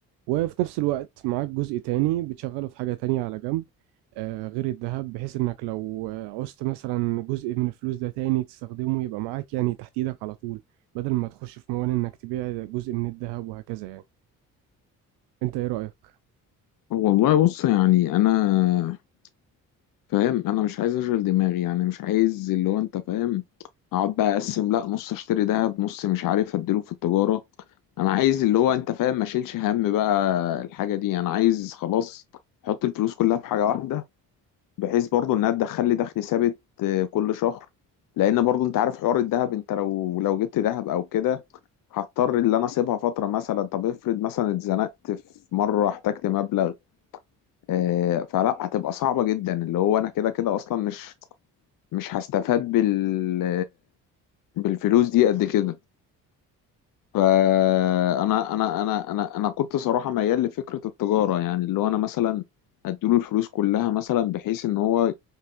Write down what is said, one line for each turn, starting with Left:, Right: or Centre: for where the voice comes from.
Right: وفي نفس الوقت معاك جزء تاني بتشغله في حاجة تانية على جنب آه، غير الذهب بحيث انك لو آه، عوزت مثلا جزء من الفلوس ده تاني تستخدمه يبقى معاك يعني تحت ايدك على طول بدل ما تخش في موال انك تبيع جزء من الذهب وهكذا يعني انت ايه رأيك؟
Left: والله بص يعني انا فاهم انا مش عايز اشغل دماغي يعني مش عايز اللي هو انت فاهم اقعد بقى اقسم لا نص اشتري دهب نص مش عارف اديله في التجارة انا عايز اللي هو انت فاهم ما اشيلش هم بقى الحاجة دي انا عايز خلاص احط الفلوس كلها في حاجة واحدة بحيث برضو انها تدخل لي دخل ثابت آه، كل شهر لان برضو انت عارف حوار الدهب انت لو لو جبت دهب او كده هضطر اللي انا اسيبها فترة مثلا طب افرض مثلا اتزنقت في مرة احتجت مبلغ آه، فلا هتبقى صعبة جدا اللي هو انا كده كده اصلا مش مش هستفاد بال بالفلوس دي قد كده فانا انا انا انا انا كنت صراحه ميال لفكره التجاره يعني اللي هو انا مثلا اديله الفلوس كلها مثلا بحيث ان هو